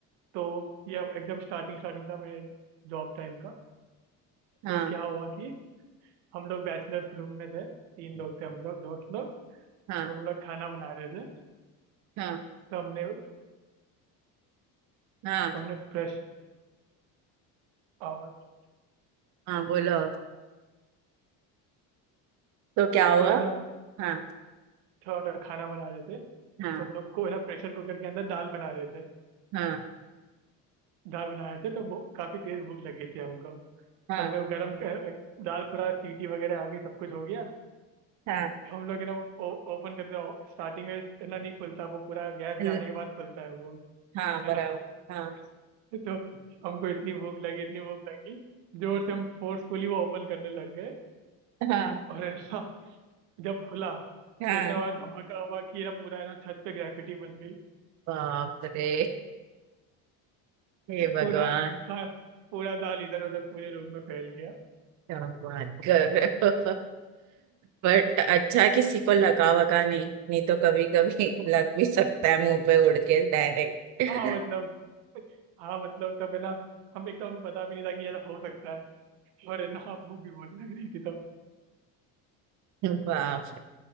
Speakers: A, on the right; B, on the right.
A: तो ये एकदम स्टार्टिंग स्टार्टिंग था मेरे जॉब टाइम का
B: हाँ
A: तो क्या हुआ कि हम लोग बैचलर्स रूम में थे तीन लोग थे हम लोग दोस्त लोग
B: हाँ
A: तो हम लोग खाना बना रहे थे
B: हाँ
A: तो हमने
B: हाँ
A: तो हमने प्रेश आवाज
B: हाँ बोलो तो क्या हुआ
A: तो है ना
B: हाँ
A: थोड़ा खाना बना रहे थे
B: हाँ
A: तो हम लोग को है ना प्रेशर कुकर के अंदर दाल बना रहे थे
B: हाँ
A: दाल बना रहे थे तो वो काफी तेज भूख लगी थी हमको तो
B: हाँ
A: हमने वो गरम क- दाल पूरा सीटी वगैरह आ गई सब कुछ हो गया
B: हाँ
A: तो हम लोग है ना वो ओपन करते हो, स्टार्टिंग में है ना नहीं खुलता वो पूरा गैस
B: ल-
A: जाने के बाद खुलता है वो
B: हाँ बनाओ
A: है ना
B: हाँ
A: <laughs> तो हमको इतनी भूख लगी इतनी भूख लगी जोर से हम फोर्सफुली वो ओपन करने लग गए
B: हाँ
A: और है ना जब खुला
B: हाँ
A: तो इतना बड़ा धमाका हुआ कि है ना पूरा है ना छत पे ग्रेफिटी बन गई
B: बाप रे हे भगवान
A: पूरा खा पूरा दाल इधर उधर पूरे रूम में फैल गया
B: क्या बात कर रहे हो बट अच्छा किसी को लगा वगा नहीं नहीं तो कभी कभी लग भी सकता है मुंह पे उड़ के डायरेक्ट
A: हाँ मतलब हाँ मतलब तब है ना हम एक तो हमें पता भी नहीं था कि ऐसा हो सकता है और है ना भूख भी बहुत लग रही थी तब
B: बाप